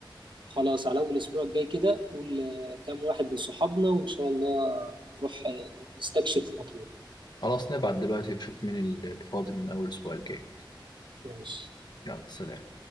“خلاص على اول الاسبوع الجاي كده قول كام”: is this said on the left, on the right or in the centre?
Right